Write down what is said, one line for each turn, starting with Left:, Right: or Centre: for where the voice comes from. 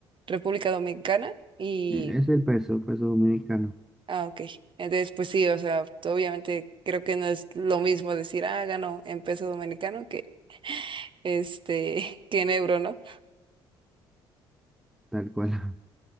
Right: República Dominicana y,
Centre: e- Es el peso, peso dominicano,
Right: ah, ok. Entonces, pues sí, o sea, obviamente creo que no es lo mismo decir, ah, gano en peso dominicano que, este, <laughs> que en euro, ¿no?
Centre: tal cual. <laughs>